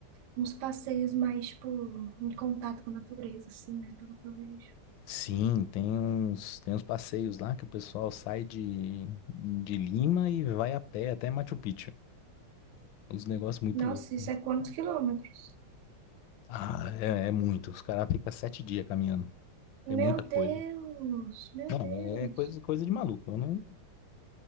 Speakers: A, on the right (about 80°); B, on the left (about 75°).
A: uns passeios mais, tipo, em contato com a natureza, assim, né? Pelo que eu vejo.
B: Sim, tem uns, tem uns passeios lá que o pessoal sai de, de Lima e vai a pé até Machu Picchu. Uns negócios muito
A: Nossa,
B: loucos.
A: isso é quantos quilômetros?
B: Ah, é, é muito. Os caras ficam sete dias caminhando.
A: Meu
B: É muita coisa.
A: Deus, meu
B: Não,
A: Deus.
B: é coisa, coisa de maluco. Eu não,